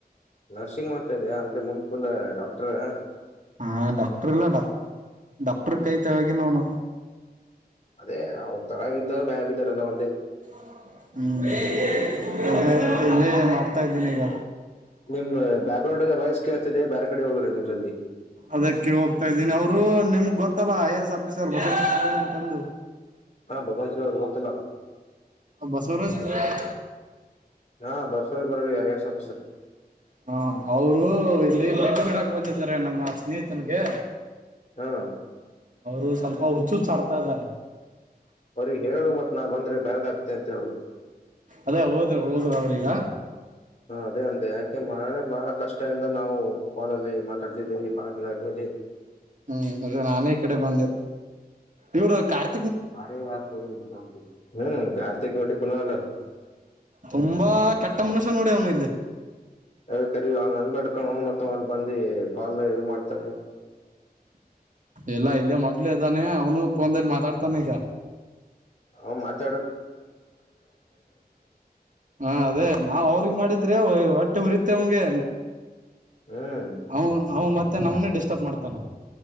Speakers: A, on the left (about 45°); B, on the right (about 50°).
A: ನರ್ಸಿಂಗ್ ಮಾಡ್ತಾ ಇದ್ಯಾಾ ಅಂದ್ರೆ ಮುಂದ್ ಫುಲ್ ಡಾಕ್ಟರ್
B: ಹಾ ಡಾಕ್ಟರ್ ಇಲ್ಲ ಡಾಕ್ ಡಾಕ್ಟರ್ ಕೈ ತೆಲಗಿನವ ಅನು
A: ಅದೇ ಅವ್ ತಳಗಿದವರು ಮ್ಯಾಗಿದ್ದವರೆಲ್ಲ ಎಲ್ಲಾ ಒಂದೇ
B: <unintelligible>
A: ಹ್ಮ್
B: ತಾ ಇದ್ದೇನೆ ಈಗ
A: ನಿಮ್ ಬ್ಯಾಗ್ರೌಂಡ್ಗ ವಯಸ್ ಕೇಳ್ತೀರಿ ಬ್ಯಾರೆ ಕಡೆ ಹೋಗ್ರಿ ನೀವು ಜಲ್ದಿ
B: ಅದಕ್ಕೆ ಹೋಗ್ತಾ ಇದ್ದೀನಿ ಅವ್ರು ನಿಮ್ಗ್ ಗೊತ್ತಲ್ಲ ಐ ಎ ಎಸ್ ಆಫೀಸರ್ <unintelligible>
A: ಹಾ ಭಗವಂತ ಅವ್ರ ಗೊತ್ತಲ್ಲ
B: ಬಸವರಾಜ <unintelligible>
A: ಹಾ ಬಸವ ಬೆರಳಿಗೆ ಐ ಎ ಎಸ್ ಆಫೀಸರ್
B: ಹಾ ಅವ್ರು ಇಲ್ಲಿ ಬಿಟ್ಟ ಬಿಡಾಕ್ ಬಂದಿದ್ದಾರೆ ನಮ್ಮ ಸ್ನೇಹಿತನ್ಗೆ
A: ಹಾ
B: ಅವರು ಸ್ವಲ್ಪ ಹುಚ್ಚು ಹುಚ್ಚು ಆಡ್ತಾ ಇದ್ದಾರೆ
A: ಅವ್ರಿಗೆ ಹೇಳು ಮತ್ ನಾ ಬಂದ್ರೆ ಬ್ಯಾರೆದಾಗತೆ ಅಂತ ಹೇಳು
B: ಅದೇ ಹೋದ್ರು ಹೋದ್ರು
A: ಹ
B: ಅವ್ರೀಗ
A: ಅದೇ ಅಂದೆ ಯಾಕೆ ಮಳೆ ಬಹಳ ಕಷ್ಟ ಇಂದ ನಾವು ಹಾಲಲ್ಲಿ ಮಾತಾಡ್ತಿದ್ದೇವಿ ಬಾಳ್ ದಿನಾ ಆದಮೇಲೆ
B: ಹೂ ಅದೆ ನಾನೇ ಈ ಕಡೆ ಬಂದೆ ಇವರು ಕಾರ್
A: ಹೂ ಕಾರ್ತಿಕ ಖುನಾ ಹನಾ ಅಲಾ
B: ತುಂಬಾ ಕೆಟ್ಟ ಮನುಷ್ಯ ನೋಡಿ ಅವನು ಇಲ್ಲಿ
A: ಏ ಕರಿ ಅವನಿಗೆ ಹಂಗ ಅನ್ಬೇಡ್ ಕಣೋ ಮತ್ತ್ ಅವ್ ಅಲ್ಲಿ ಬಂದಿ ಕಾಲ್ ಇದು ಮಾಡ್ತ
B: ಎಲ್ಲ ಇಲ್ಲಿ ಮಗ್ಳ ಇದ್ದಾನೆ ಅವನು ಫೋನ್ದಲ್ಲಿ ಮಾತಾಡ್ತ ತನಗ
A: ಹ ಮಾಡ
B: ಹಾ ಅದೇ ನಾವ ಅವ್ರಿಗೆ ಮಾಡಿದ್ರೆ ಒಟ್ಟ ಹೊಟ್ಟೆ ಹುರಿತ್ತೆ ಅಂವನ್ಗೆ
A: ಹ್ಮ್
B: ಹ ಅವ ಮತ್ತೆ ಮತ್ತೆ ನಮ್ಮ್ನೆ ಡಿಸ್ಟರ್ಬ್ ಮಾಡ್ತಾನ